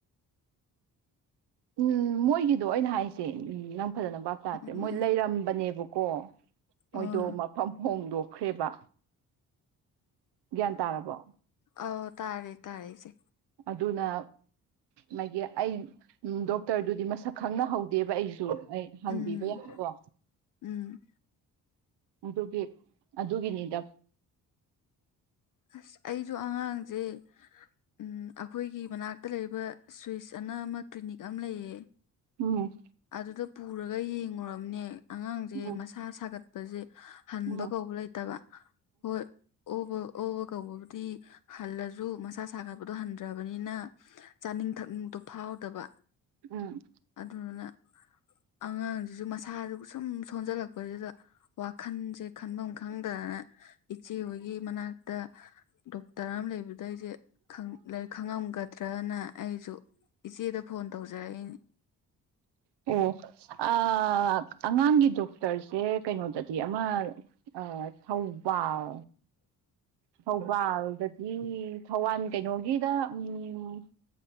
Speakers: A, on the right; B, on the left.
A: ꯎꯝ ꯃꯣꯏꯒꯤꯗꯣ ꯑꯣꯏꯅ ꯍꯥꯏꯁꯦ ꯅꯪ ꯐꯖꯅ ꯚꯞ ꯇꯥꯗ꯭ꯔꯦ
B: ꯎꯝ
A: ꯃꯣꯏ ꯂꯩꯔꯝꯕꯅꯦꯕꯀꯣ ꯃꯣꯏꯗꯣ
B: ꯑꯣ
A: ꯃꯐꯝ ꯍꯣꯡꯗꯣꯛꯈ꯭ꯔꯦꯕ ꯒ꯭ꯌꯥꯟ ꯇꯥꯔꯕꯣ
B: ꯑꯣ ꯇꯥꯔꯦ ꯇꯥꯔꯦ ꯏꯆꯦ
A: ꯑꯗꯨꯅ ꯃꯥꯒꯤ ꯑꯩ ꯗꯣꯛꯇꯔꯗꯨꯗꯤ ꯃꯁꯛ ꯈꯪꯅꯍꯧꯗꯦꯕ ꯑꯩꯁꯨ ꯑꯩ ꯍꯪꯕꯤꯕ
B: ꯎꯝ
A: ꯌꯥꯗ꯭ꯔꯣ
B: ꯎꯝ
A: ꯑꯗꯨꯒꯤ ꯑꯗꯨꯒꯤꯅꯤꯗ
B: ꯑꯁ ꯑꯩꯁꯨ ꯑꯉꯥꯡꯁꯦ ꯎꯝ ꯑꯩꯈꯣꯏꯒꯤ ꯃꯅꯥꯛꯇ ꯂꯩꯕ ꯁ꯭ꯋꯤꯁ ꯑꯅ ꯑꯃ ꯀ꯭ꯂꯤꯅꯤꯛ ꯑꯃ ꯂꯩꯌꯦ
A: ꯎꯝ
B: ꯑꯗꯨꯗ ꯄꯨꯔꯒ ꯌꯦꯡꯉꯨꯔꯕꯅꯦ ꯑꯉꯥꯡꯁꯦ
A: ꯎꯝ
B: ꯃꯁꯥ ꯁꯥꯒꯠꯄꯁꯦ ꯍꯟꯕ
A: ꯎꯝ
B: ꯀꯧꯕ ꯂꯩꯇꯕ ꯍꯣꯏ ꯑꯣꯕ ꯑꯣꯕ ꯀꯧꯕꯕꯨꯗꯤ ꯍꯜꯂꯁꯨ ꯃꯁꯥ ꯁꯥꯒꯠꯄꯗꯣ ꯍꯟꯗ꯭ꯔꯕꯅꯤꯅ ꯆꯥꯅꯤꯡ ꯊꯛꯅꯤꯡꯕꯗꯣ ꯐꯥꯎꯗꯕ
A: ꯎꯝ
B: ꯑꯗꯨꯗꯨꯅ ꯑꯉꯥꯡꯁꯤꯁꯨ ꯃꯁꯥꯗꯨ ꯁꯨꯝ ꯁꯣꯟꯖꯜꯂꯛꯄꯁꯤꯗ ꯋꯥꯈꯟꯁꯦ ꯈꯟꯐꯝ ꯈꯪꯗ ꯏꯆꯦ ꯍꯣꯏꯒꯤ ꯃꯅꯥꯛꯇ ꯇꯔꯥꯝ ꯂꯩꯕꯗ ꯑꯩꯁꯦ ꯈꯪꯉꯝꯒꯗ꯭ꯔꯅ ꯑꯩꯁꯨ ꯏꯆꯦꯗ ꯐꯣꯟ ꯇꯧꯖꯔꯛꯏꯅꯤ
A: ꯑꯣ ꯑꯉꯥꯡꯒꯤ ꯗꯣꯛꯇꯔꯁꯦ ꯀꯩꯅꯣꯗꯗꯤ ꯑꯃ ꯑ ꯊꯧꯕꯥꯜ ꯊꯧꯕꯥꯜ ꯏ ꯊꯧꯕꯥꯜ ꯀꯩꯅꯣꯒꯤꯗ ꯎꯝ